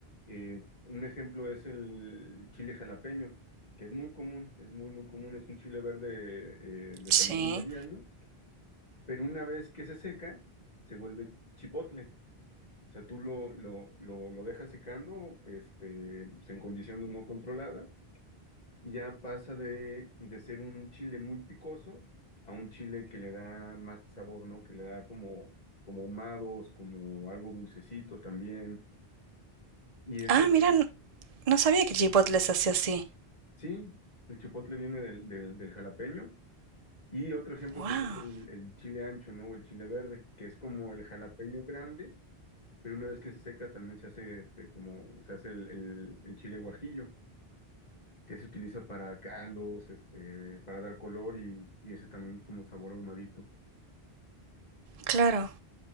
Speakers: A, on the left (about 40°); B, on the right (about 40°).
A: eh, un ejemplo es el chile jalapeño, que es muy común, es muy, muy común, es un chile verde eh, de
B: Sí.
A: tamaño mediano, pero una vez que se seca, se vuelve chipotle. O sea, tú lo, lo, lo, lo dejas secando, este, pues, en condiciones no controladas, y ya pasa de, de ser un chile muy picoso a un chile que le da más sabor, ¿no? Que le da como, como ahumados, como algo dulcecito también. Y eso,
B: Ah, mira, n- no sabía que el Chipotle se hacía así.
A: Sí, el chipotle viene del, del, del jalapeño. Y otro ejemplo,
B: Wow.
A: pues, es el, el chile ancho, ¿no? O el chile verde, que es como el jalapeño grande, pero una vez que se seca también se hace este, como, se hace el, el- el chile guajillo, que se utiliza para caldos, este, para dar color y, y ese también como sabor ahumadito.
B: Claro.